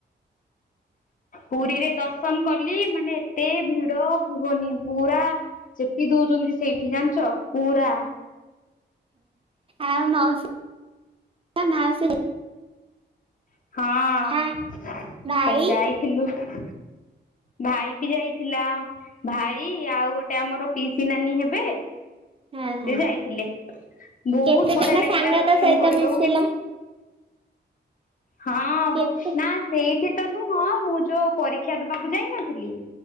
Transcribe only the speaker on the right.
ଆଉ ମାଉସୀ
ଆ
ଭାଇ
ହଁ ହଁ
କେତେ
ଜଣ
ସାଙ୍ଗଙ୍କ
ସହିତ
ମିଶିଲା
କେତେ